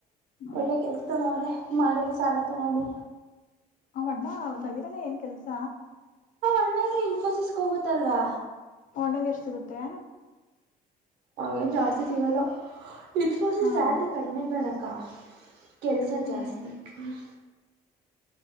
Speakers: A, on the left; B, on the right.
A: ಹ್ಮ್
B: ಒಳ್ಳೆ ಕೆಲ್ಸಲ್ಲ ಅವ್ರೆ ಮಾಡ್ರ ಸಾಲ ತಗೊಂಡು.
A: ಅವ ಅಣ್ಣ ನವೀನಣ್ಣ ಏನ್ ಕೆಲ್ಸ.
B: ಹ ಅಣ್ಣನು ಇನ್ಫೋಸಿಸಗ ಹೋಗತ್ತಲ್ವಾ
A: ಆ ಅಣ್ಣಾಗ ಎಷ್ಟ್ ಸಿಗುತ್ತೆ
B: ಹಂಗೇನ್ ಜಾಸ್ತಿ ಸಿಗಲ್ಲ ಇನ್ಫೋಸಿಸ್
A: ಹಾ
B: ಸ್ಯಾಲ್ರಿ ಕಡಿಮೆ ಕಣಕ್ಕ. ಕೆಲ್ಸ
A: ಹ್ಮ
B: ಜಾಸ್ತಿ ಹಮ್